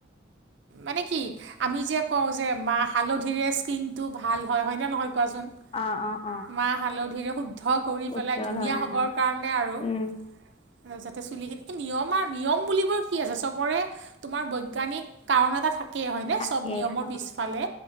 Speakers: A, on the right; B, on the left.
A: মানে কি আমি যে কওঁ যে মা হালধিৰে স্কিন টো ভাল হয় হয় ন নহয় কৱাছোন
B: অ অ অ
A: মাহ হালধিৰে শুদ্ধ কৰি পেলাই
B: উজ্জ্বল
A: ধুনীয়া
B: হয়
A: হ'বৰ
B: অ
A: কাৰণে আৰু
B: উম
A: আৰু যাতে চুলি নিয়ম আৰু নিয়ম বুলিবৰ কি আছে চবৰে তোমাৰ বৈজ্ঞানিক কাৰণ এটা থাক একে হয়নে
B: থাকে
A: চব নিয়মৰ
B: অ
A: পিছফালে